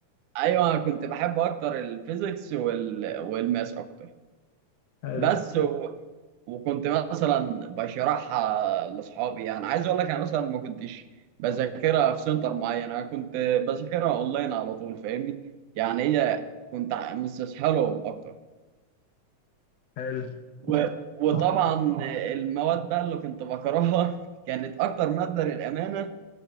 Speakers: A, on the right; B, on the left.
A: ايوه انا كنت بحب اكتر الفيزيكس وال... والماس اكتر
B: حلو
A: بس وكنت مثلا بشرحها لاصحابي يعني عايز اقول لك انا مثلا ما كنتش بذاكرها في سنتر معين انا كنت بذاكرها اونلاين على طول فاهمني يعني هي كنت ع- مستسهلهم اكتر
B: حلو
A: و... وطبعا
B: آه.
A: المواد بقى اللي كنت بكرهها <laughs> كانت اكتر ماده للامانه